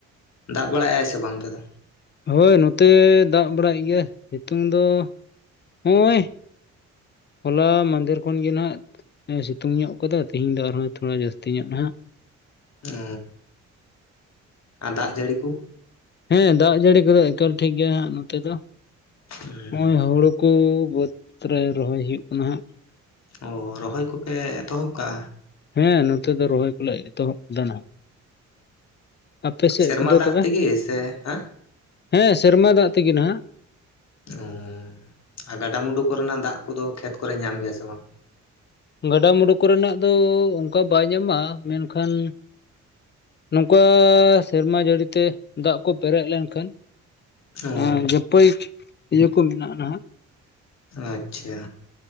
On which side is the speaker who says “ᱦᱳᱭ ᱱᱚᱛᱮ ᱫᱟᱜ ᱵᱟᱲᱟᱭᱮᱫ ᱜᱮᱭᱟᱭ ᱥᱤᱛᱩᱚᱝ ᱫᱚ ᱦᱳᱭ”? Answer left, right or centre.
Left